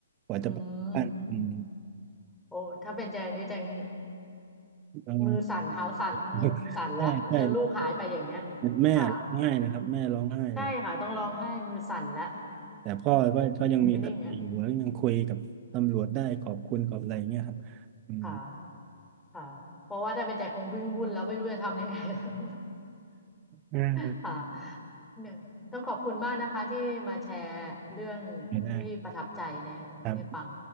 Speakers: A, on the right (about 20°); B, in the centre.
A: กว่าจะไปบ้านอืม
B: อืม โอ้ถ้าเป็นใจนี้จัง
A: เออ
B: มือสั่นเท้าสั่นมือสั่นละเธอลูกหายไปอย่างเงี้ย
A: <laughs> ใช่ใช่แม่ร้องไห้นะครับแม่ร้องไห้เลย
B: ค่ะใช่ค่ะต้องร้องไห้มือสั่นละ
A: แต่พ่อก็ก็ยังมีสติอยู่แล้วยังคุยกับตำรวจได้ขอบคุณขอบอะไรเงี้ยครับ
B: อยู่ไม่นิ่งอ่ะ
A: อืม
B: ค่ะค่ะเพราะว่าถ้าเป็นใจคงวิ่งวุ่นแล้วไม่รู้จะทำยังไงแล้ว
A: อ่า
B: <laughs> ค่ะเนี่ยต้องขอบคุณมากนะคะที่มาแชร์เรื่อง
A: ไม่ได้
B: ที่ประทับใจในให้ฟัง
A: ครับ